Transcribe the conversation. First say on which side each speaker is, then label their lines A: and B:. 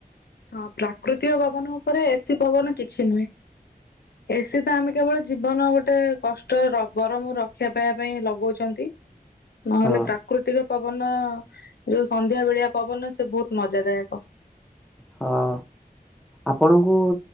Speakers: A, on the left; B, in the centre.
A: ହଁ ପ୍ରାକୃତିକ ପବନ ଉପରେ ଏସି ପବନ କିଛି ନୁହେଁ। ଏସି ତ ଆମେ କେବଳ ଜୀବନ ଗୋଟେ କଷ୍ଟ ରଗରମରକ୍ଷା ପାଇବା ପାଇଁ ଲଗାଉଛନ୍ତି। ନହେଲେ
B: ହଁ
A: ପ୍ରାକୃତିକ। ପବନ ଯୋଉ ସନ୍ଧ୍ୟା ବେଳିଆ ପବନ ସେ ବହୁତ ମଜା ଦାୟକ।
B: ହଁ ଆପଣଙ୍କୁ